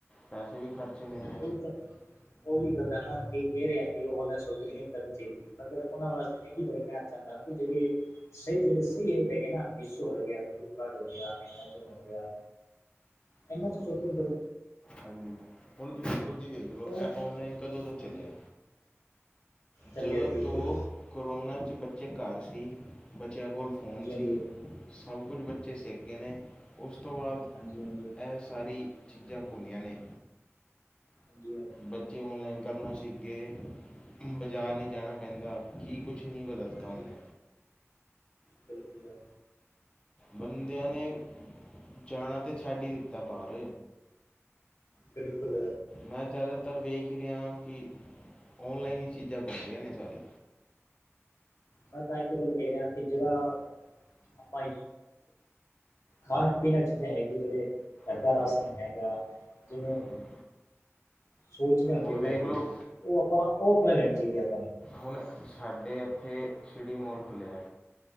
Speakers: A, on the left; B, on the left.
A: ਪੈਸੇ ਵੀ ਖਰਚਣੇ ਨੇਂਂ
B: ਉਹ ਤਾਂ ਉਹ ਵੀ ਗੱਲਾਂ ਨਾ ਕੀ ਕਹਿ ਰਿਹਾ ਕਿ ਉਹ ਛੋਪਿੰਗ ਨਹੀਂ ਕਰਨੀ ਚਾਹੀਦੀ। ਮਗਰ ਉਹਨਾਂ ਵਾਸਤੇ ਮੈਂ ਇੱਕ ਗੱਲ ਕਹਿਣਾ ਚਾਹੁੰਦਾ ਹਾਂ। ਕਿ ਜਿਹੜੇ ਸਹੀ ਜਿਹੜੇ ਸਹੀ ਐਪ ਹੈਗੇ ਨਾ। ਮੀਸ਼ੋ ਹੈਗੇ, ਫਲਿੱਪਕਾਰਟ ਹੋ ਗਿਆ, ਐਮਾਜੋਨ ਹੋ ਗਿਆ। ਇਹਨਾ ਚ ਸੌਪਿੰਗ ਕਰ
A: ਹਾਂਜੀ, ਹੁਣ ਤੁਸੀਂ ਖੁਦ ਹੀ ਵੇਖ ਲਓ। ਇਹ
B: ਉਹ
A: ਔਨਲਾਈਨ ਕਦੋਂ ਤੋਂ
B: ਹਾਂਜੀ
A: ਚੱਲਿਆ।
B: ਚੱਲਿਆ
A: ਜਦੋਂ
B: ਬਿਲਕੁਲ
A: ਤੋਂ ਕੋੋਨਾ ਚ' ਬੱਚੇ ਘਰ ਸੀ। ਬੱਚਿਆਂ ਕੋਲ ਫੋਨ
B: ਹਾਂਜੀ-ਹਾਂਜੀ,
A: ਸੀ। ਸਭ ਕੁਝ ਬੱਚੇ ਸਿੱਕੇ ਨੇ। ਉਸ ਤੋਂ ਬਾਅਦ
B: ਹਾਂਜੀ- ਹਾਂਜੀ।
A: ਇਹ ਸਾਰੀ ਚੀਜ਼ਾਂ ਘੁੰਮੀਆਂ ਨੇ
B: ਹਾਂਜੀ
A: ਬੱਚੇ ਔਨਲਾਈਨ ਕਰਨਾ ਸਿੱਖਗੇ, ਬਾਜ਼ਾਰ ਨਹੀਂ ਜਾਣਾ ਪੈਂਦਾ ਕੀ ਕੁਛ ਨਹੀਂ ਬਦਲਤਾ
B: ਹਾਂਜੀ
A: ਉਹਨੇ
B: ਹਾਂਜੀ ਹਾਂਜੀ, ਬਿਲਕੁਲ ਆ
A: ਬੰਦਿਆਂ ਨੇ, ਜਾਣਾ ਤੇ ਛੱਡ ਹੀ ਦਿੱਤਾ ਬਾਹਰ
B: ਬਿਲਕੁਲ
A: ਮੈਂ ਜ਼ਿਆਦਾਤਰ ਵੇਖ ਹੀ ਰਿਹਾ ਕਿ ਔਨਲਾਈਨ ਹੀ ਚੀਜ਼ਾਂ ਘੁੰਮ ਰਹੀਆਂ ਨੇ ਸਾਰੀ
B: ਮੈਂ ਤਾਂ ਇੱਕ ਗੱਲ ਕਹਿ ਰਿਹਾ ਸੀ ਜਿਹੜਾ ਆਪਾਂ ਖਾਣ ਪੀਣ ਚੀਜ਼ਾਂ ਹੈਗੀਆਂ ਜਿਹੜੇ ਕਰਦਾ
A: ਹਾਂਜੀ
B: ਰਾਸ਼ਨ ਹੈਗਾ ਜਿਵੇਂ
A: ਹਾਂਜੀ
B: ਸੋਚਦੇ ਹੁੰਦੀ
A: ਹੁਣ
B: ਹੈ ਕਰਦੀ,
A: ਵੇਖ ਲਓ
B: ਉਹ ਆਪਾਂ ਉਹ ਫਲ ਲੈਣੀ ਚਾਹੀਦੀ ਹੈ ਆਪਾਂ ਨੂੰ
A: ਹੁਣ ਸਾਡੇ ਇੱਥੇ ਸਿਟੀ ਮੋਲ ਖੁੱਲ੍ਹਿਆ